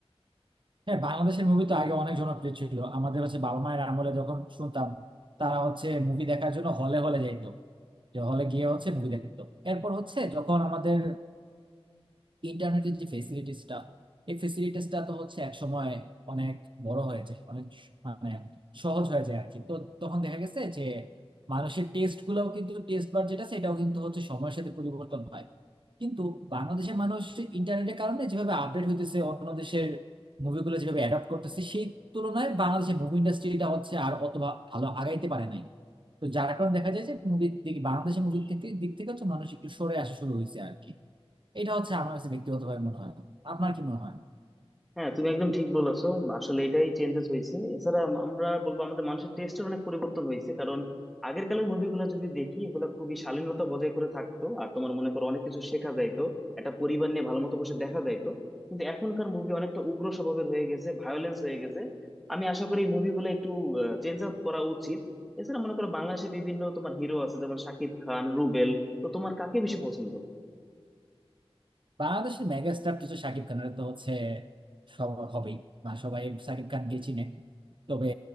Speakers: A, on the right (about 50°); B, in the centre.
A: হ্যাঁ বাংলাদেশের মুভি তো আগে অনেক জনপ্রিয় ছিল আমাদের হচ্ছে বাবা মায়ের আমলে যখন শুনতাম তারা হচ্ছে মুভি দেখার জন্য হলে হলে যাইতো যে হলে গিয়ে হচ্ছে মুভি দেখতো এরপর হচ্ছে যখন আমাদের ইন্টারনেটের যে ফেসিলিটিসটা এই ফেসিলিটিসটা তো হচ্ছে এক সময় অনেক বড় হয়ে যায় অনেক স- মানে সহজ হয়ে যায় আর কি তো তখন দেখা গেছে যে মানুষের টেস্ট গুলাও কিন্তু টেস্ট বার যেটা সেটাও কিন্তু হচ্ছে সময়ের সাথে পরিবর্তন হয় কিন্তু বাংলাদেশের মানুষ ইন্টারনেটের কারণে যেভাবে আপডেট হইতেছে অন্য দেশের মুভিগুলো যেভাবে অ্যাডাপ্ট করতেছে সেই তুলনায় বাংলাদেশের মুভি ইন্ডাস্ট্রিটা হচ্ছে আর অত ভা- ভালো আগাইতে পারে নাই তো যার কারণে দেখা যায় যে মুভির দিকে বাংলাদেশের মুভির দিক থেকে হচ্ছে মানুষ একটু সরে আসা শুরু হয়েছে আর কি এটা হচ্ছে আমার কাছে ব্যক্তিগতভাবে মনে হয় আপনার কি মনে হয়
B: হ্যাঁ তুমি একদম ঠিক বলেছো আসলে এটাই চেঞ্জেস হয়েছে এছাড়া আম- আমরা বলবো আমাদের মানুষের টেস্টের অনেক পরিবর্তন হয়েছে কারণ আগের কালের মুভিগুলো যদি দেখি এগুলো খুবই শালীনতা বজায় করে থাকতো আর তোমার মনে করো অনেক কিছু শেখা যাইতো একটা পরিবার নিয়ে ভালো মতো বসে দেখা যাইতো কিন্তু এখনকার মুভি অনেকটা উগ্র স্বভাবের হয়ে গেছে ভায়োলেন্স হয়ে গেছে আমি আশা করি এই মুভিগুলো একটু চেঞ্জ আপ করা উচিত এছাড়া মনে করো বাংলাদেশে বিভিন্ন তোমার হিরো আছে যেমন শাকিব খান রুবেল তো তোমার কাকে বেশি পছন্দ
A: বাংলাদেশের মেগা স্টার তো হচ্ছে শাকিব খান এটা তো হচ্ছে সব হবেই মানে সবাই শাকিব খানকে চিনে তবে